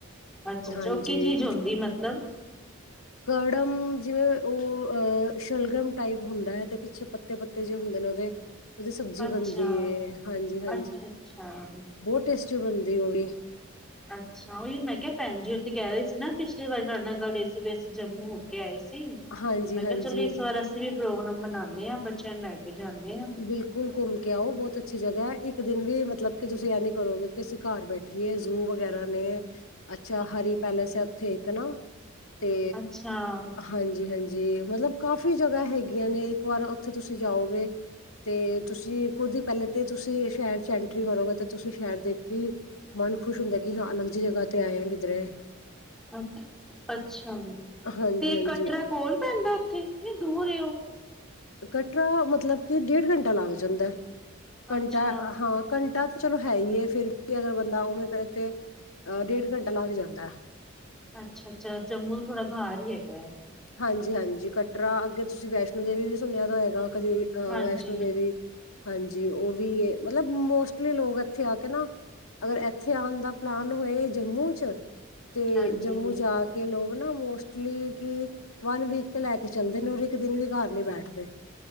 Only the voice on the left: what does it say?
ਹਾਂਜੀ।
ਕੜਮ ਜਿਵੇ ਉਹ ਅ ਸ਼ਲਗਮ ਟਾਈਪ ਹੁੰਦਾ ਹੈ ਤੇ ਪਿੱਛੇ ਪੱਤੇ-ਪੱਤੇ ਜੇ ਹੁੰਦੇ ਨੇ ਉਹਦੇ ਉਹਦੀ ਸਬਜ਼ੀ ਬਣਦੀ
ਏ, ਹਾਂਜੀ-ਹਾਂਜੀ
ਬਹੁਤ ਟੇ ਸਟੀ ਬਣਦੀ ਉਹ ਵੀ
ਹਾਂਜੀ
ਹਾਂਜੀ
ਬਿਲਕੁਲ ਘੁੰਮ ਕੇ ਆਓ ਬਹੁਤ ਅੱਛੀ ਜਗ੍ਹਾ ਐ ਇੱਕ ਦਿਨ ਵੀ ਮਤ ਮਤਲਬ ਕਿ ਤੁਸੀਂ ਇਹ ਨੀ ਕਰੋਗੇ ਕਿ ਅਸੀਂ ਘਰ ਬੈਠੀਏ ਜ਼ੂ ਵਗੈਰਾ ਨੇ ਅੱਛਾ ਹਰੀ ਪੈਲੇਸ ਐ ਥੇ ਤਨਾ ਤੇ
ਹਾਂਜੀ-ਹਾਂਜੀ। ਜੀ ਮਤਲਬ ਕਾਫੀ ਜਗ੍ਹਾ ਹੈਗੀਆਂ ਨੇ ਇੱਕ ਵਾਰ ਉੱਥੇ ਤੁਸੀਂ ਜਾਓਗੇ ਤੇ ਤੁਸੀਂ ਖੁਦ ਪਹਿਲੇ ਤੇ ਤੁਸੀਂ ਸ਼ਹਿਰ ਚ ਐਂਟਰੀ ਕਰੋਗੇ ਤੇ ਤੁਸੀਂ ਸ਼ਹਿਰ ਦੇਖੀ ਮਨ ਖੁਸ਼ ਹੁੰਦਾ ਕਿ ਹਾਂ ਅਲੱਗ ਜੀ ਜਗ੍ਹਾ ਤੇ ਆਏ ਆ ਕਿੱਧਰੇ।
ਹਾਂਜੀ
ਹਾਂਜੀ
ਕਟਰਾ ਮਤਲਬ ਕਿ ਡੇਢ ਘੰਟਾ ਲੱਗ ਜਾਂਦਾ, ਘੰਟਾ
ਹਾਂ ਘੰਟਾ ਚਲੋ ਹੈ ਈ ਫਿਰ ਵੀ ਅਗਰ ਬੰਦਾ ਉਹਵੇਂ ਕਰੇ ਤੇ ਅਹ ਡੇਢ ਘੰਟਾ ਲੱਗ ਜਾਂਦਾ।
ਹਾਂਜੀ-ਹਾਂਜੀ ਕਟਰਾ ਅੱਗੇ ਤੁਸੀਂ ਵੈਸ਼ਨੋ ਦੇਵੀ ਵੀ ਸੁਣਿਆ ਦਾ ਹੋਏਗਾ। ਕਦੇ ਅਹ
ਵੈਸ਼ਨੋ ਦੇਵੀ ਹਾਂਜੀ ਉਹ ਵੀ ਮਤਲਬ ਮੋਸਟ ਲੀ ਲੋਕ ਇੱਥੇ ਆ ਕੇ ਨਾ ਅਗਰ ਇੱਥੇ ਆਣ ਦਾ ਪਲਾਨ ਹੋਏ ਜੰਮੂ ਚ ਤੇ
ਜੰਮੂ ਜਾ ਕੇ ਲੋਕ ਨਾ ਮੋਸਟਲੀ ਕਿ ਵਨ ਵੀਕ ਤੇ ਲੈ ਕੇ ਚੱਲਦੇ ਨੇ ਔਰ ਇੱਕ ਦਿਨ ਵੀ ਘਰ ਨੀ ਬੈਠਦੇ।